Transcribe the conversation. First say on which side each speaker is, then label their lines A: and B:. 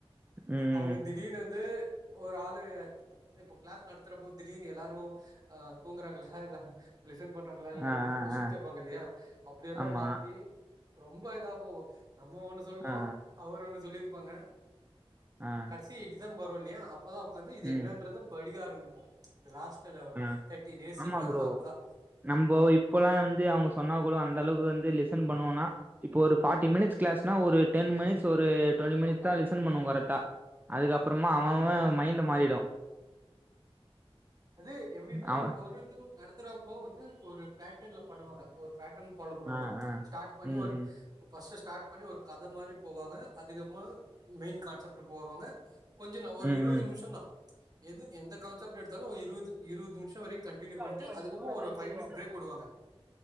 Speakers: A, on the right (about 20°); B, on the right (about 40°).
A: ம்
B: அவுங்க திடீர்னு வந்து ஒரு ஆளு இப்ப கிளாஸ் நடத்துறப்போ திடீர்னு எல்லாரு அ தூங்குறாங்களா இல்ல லிசன் பண்றாங்களா இல்ல
A: ஆ
B: என்றது
A: ஆ
B: கொஸ்டின்
A: ஆ
B: கேப்பாங்க இல்லயா அப்டியெல்லா
A: ஆமா
B: மாட்டி ரொம்ப இதா போகு நம்ம ஒண்ணு சொல்வோ
A: ஆ ஆ
B: அவரு ஒண்ணு சொல்லிருப்பாங்க
A: ஆ
B: கடசி எக்ஸாம் வரு இல்லயா அப்பதா உக்காந்து இது
A: ம்
B: என்னான்றது படிக்க ஆரம்பிப்போ இந்த லாஸ்ட்டனா
A: ஆ
B: தர்டி டேஸ்ஸுன்னா
A: ஆமா ப்ரோ
B: அப்பதா
A: நம்போ இப்பல்லா வந்து அவுங்க சொன்னா கூட அந்த அளவுக்கு வந்து லிசன் பண்ணுவனா இப்போ ஒரு ஃபாட்டி மினிட்ஸ் கிளாஸ்னா ஒரு டென் மினிட்ஸ் ஒரு டுவென்ட்டி மினிட்ஸ் தா லிசன் பண்ணுவோ கரைக்டா. அதுக்கப்பறமா அவ
B: ஆமா
A: அவ மைண்டு மாறிடு.
B: அது எப்டின்னா
A: அவ
B: ஒருத்தரு நடத்துறப்போ வந்து ஒரு பேட்டன்ல பண்ணுவாங்க ஒரு பேட் டன் ஃபாலோ பண்ணுவாங்க.
A: ஆ ஆ
B: ஸ்டாட் பண்ணி
A: ம்
B: ஒரு
A: ம்
B: ஃபஸ்ட்டு ஸ்டாட் பண்ணி ஒரு கத மாரி போவாங்க. அதுக்கப்மா மெயின் கான்செப்ட் போவாங்க. கொஞ்சனா ஒரு
A: ம்
B: இருவுது
A: ம்
B: நிம்ஷந்தா எது எந்த கான்செப்ட் எடுத்தாலு ஒ இருவ்து இருவ்து நிமிஷோ வரிக் கண்டினியூ பண்ட்டு
A: ஆமா
B: அதுக்கப்புறோ ஒரு ஃபை மினிஸ் பிரேக் உடுவாங்க